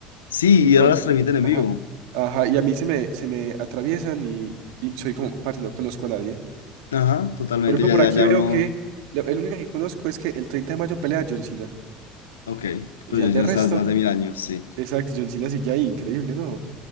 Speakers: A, on the left (about 85°); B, on the right (about 70°).
A: Sí,
B: Y
A: y
B: con.
A: ahora las transmiten en
B: Ajá,
A: vivo.
B: ajá. Y a mí se me, se me atraviesan y, y soy como, parce, no conozco a nadie.
A: Ajá, totalmente,
B: Por ejemplo,
A: ya,
B: por
A: ya,
B: aquí
A: ya
B: veo
A: uno.
B: que lo- el único que conozco es que el 30 de mayo pelea John Cena.
A: Ok,
B: Y
A: pero
B: ya
A: yo
B: de
A: sí no
B: resto.
A: estaba desde hace mil años, sí.
B: Exacto, John Cena sigue ahí, increíble, ¿no?